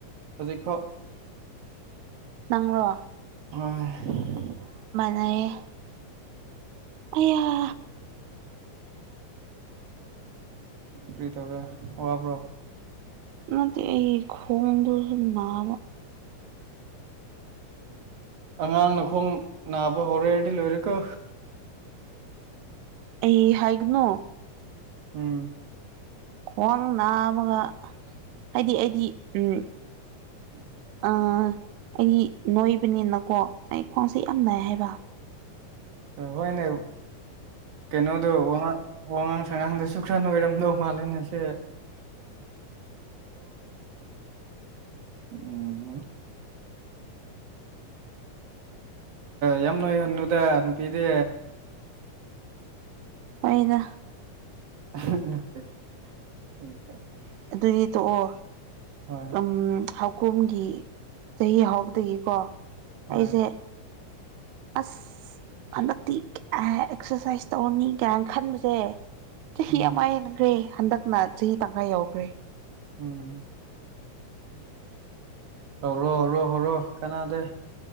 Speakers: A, on the right; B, on the right.
A: ꯍꯧꯖꯤꯛꯐꯥꯎ
B: ꯅꯪꯣ
A: ꯑ
B: ꯌꯦ ꯑꯌꯥ
A: ꯀꯔꯤ ꯇꯧꯔꯦ ꯋꯥꯕ꯭ꯔꯣ
B: ꯅꯗꯤ ꯑꯩ ꯈꯣꯡꯗꯨꯔ ꯕ
A: ꯑꯉꯥꯡꯅꯈꯣꯡ ꯅꯥꯕ ꯍꯧꯔꯦꯔꯗꯤ ꯂꯣꯏꯔꯦꯀ
B: ꯑꯩ ꯍꯥꯏꯥꯏꯒꯅꯣ
A: ꯎꯝ
B: ꯈ꯭ꯋꯥꯡ ꯅ ꯑꯃ ꯍꯥꯏꯗꯤ ꯑꯩꯗꯤ ꯎꯝ ꯑ ꯑꯩꯗꯤ ꯅꯣꯏꯕꯅꯤꯅꯀꯣ ꯑꯩ ꯈ꯭ꯋꯥꯡꯁꯦ ꯌꯥꯝ ꯅꯥꯏ ꯍꯥꯏꯕ
A: ꯍꯣꯏꯅꯦ ꯀꯩꯅꯣꯗ ꯋꯥꯍ ꯋꯥꯉꯥꯡ ꯁꯉꯥꯡꯗꯁꯨ ꯈꯔ ꯅꯣꯏꯔꯝꯗꯧ ꯃꯥꯜꯂꯦꯅ ꯁꯦ ꯎꯝ ꯌꯥꯝꯃꯅ ꯅꯨꯗ ꯅꯨꯄꯤꯗꯦ
B: ꯑꯣꯏꯗ
A: <inaudible>
B: ꯑꯗꯨꯗꯤ ꯇꯣꯛꯑꯣ
A: ꯍꯣꯏ
B: ꯎ ꯍꯧꯈꯣꯝꯒꯤ ꯆꯍꯤ ꯍꯥꯎꯕꯗꯒꯤꯀꯣ
A: ꯍꯣꯏ
B: ꯑꯩꯁꯦ ꯑꯁ ꯍꯟꯗꯛꯇꯤ ꯑꯦꯛꯁꯔꯁꯥꯏꯁ ꯇꯧꯔꯅꯤ ꯀꯥꯏꯅ ꯈꯟꯕꯁ ꯁꯦ ꯆꯍꯤ
A: ꯎꯝ
B: ꯑꯃ ꯍꯦꯟꯈ꯭ꯔꯦ ꯍꯟꯗꯛꯅ ꯆꯍꯤ ꯇꯪꯉꯥ ꯌꯥꯎꯈ꯭ꯔꯦ
A: ꯎꯝ ꯍꯧꯔꯣ ꯍꯧꯧꯔꯣ ꯍꯧꯔꯣ ꯀꯅꯥꯗ